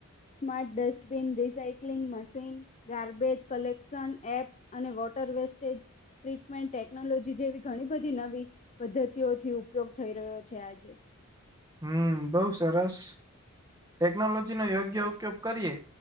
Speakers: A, on the left; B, on the right.
A: smart dustbin recycling machine. Garbage collection apps અને વોટર વેસ્ટેજ. ટ્રીટમેન્ટ ટેકનોલોજી જેવી ઘણી બધી નવી પદ્ધતિઓથી ઉપયોગ થઈ રહ્યો છે આજે.
B: હમ બઉ સરસ. ટેકનોલોજી નો યોગ્ય ઉપયોગ કરીએ,